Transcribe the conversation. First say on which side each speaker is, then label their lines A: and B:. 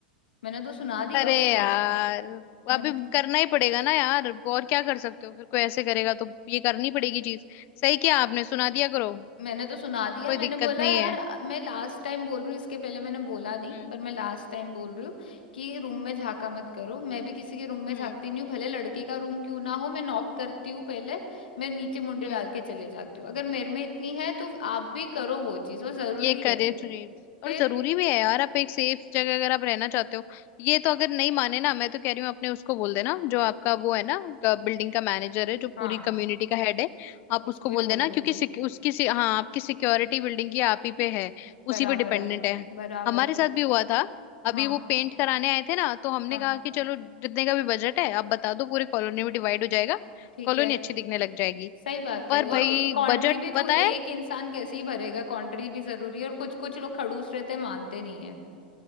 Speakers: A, on the left; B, on the left.
A: मैंने तो सुना दिया
B: अरे
A: उसको
B: यार
A: मैंने
B: अभी
A: तो
B: करना ही पड़ेगा ना यार और क्या कर सकते हो फिर कोई ऐसे करेगा तो ये करनी पड़ेगी चीज सही किया आपने सुना दिया करो
A: मैंने तो सुना दिया
B: कोई
A: मैंने
B: दिक्कत
A: बोला
B: नहीं
A: यार
B: है
A: अ, मैं लास्ट टाइम बोल रही हूँ इसके पहले मैंने बोला नहीं
B: हम्म
A: पर मैं लास्ट टाइम बोल रही हूँ कि रूम में झांका मत करो मैं भी किसी के रूम में
B: हम्म
A: झांकती नहीं हूँ भले लड़के का रूम क्यों ना हो मैं नॉक करती हूँ पहले मैं नीचे मुंडे
B: हम्म
A: डाल के चले जाती हूँ अगर मेरे में इतनी है तो आप भी करो वो चीज वो जरूरी
B: ये करें
A: है
B: चीज
A: फिर
B: और जरूरी भी है यार आप एक सेफ जगह अगर आप रहना चाहते हो ये तो अगर नहीं माने ना मैं तो कह रही हूँ अपने उसको बोल देना जो आपका वो है ना बिल्डिंग का मैनेजर है जो पूरी
A: हाँ
B: कम्युनिटी का हेड है आप
A: उसको
B: उसको
A: ही
B: बोल
A: बोल
B: देना
A: दूंगी
B: क्योंकि सिक, उसकी सि- हाँ आपकी सिक्योरिटी बिल्डिंग की आप ही पे है
A: बराबर
B: उसी पे डिपेंडेंट
A: है
B: है
A: बराबर
B: हमारे
A: है
B: साथ भी हुआ था अभी
A: हाँ
B: वो पेंट कराने आए थे ना तो हमने
A: हाँ
B: कहा कि चलो जितने का भी बजट है आप बता दो पूरे कॉलोनी में डिवाइड हो जाएगा
A: ठीक
B: कॉलोनी
A: है
B: अच्छी दिखने लग जाएगी
A: सही बात
B: पर
A: है
B: भाई
A: और कॉन्ट्री
B: बजट
A: भी तो
B: बताया
A: एक इंसान कैसे ही भरेगा कॉन्ट्री भी जरूरी है और कुछ कुछ लोग खड़ूस रहते हैं, मानते नहीं है